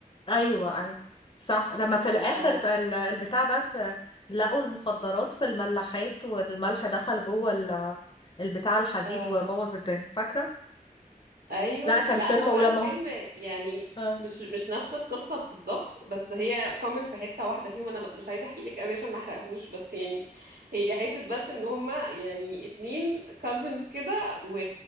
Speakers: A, on the left; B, on the right.
A: ايوه ايوه صح لما في الاخر
B: اه
A: في ال- البتاع ده ت- لقوا المخدرات في الملاحات والملح دخل جوه ال- البتاع الحديد
B: اه
A: وبوظ الدنيا فاكره
B: ايوه
A: لا كان
B: لا
A: فيلم
B: هو
A: ولما
B: بقى الفيلم يعني
A: اه
B: مش مش نفس القصه بالظبط بس هي كومن في حته واحده فيهم انا ب- مش عايزه احكي لك قوي عشان ما احرقهوش بس يعني هي حته بس ان هما يعني اتنين كازنز كده و...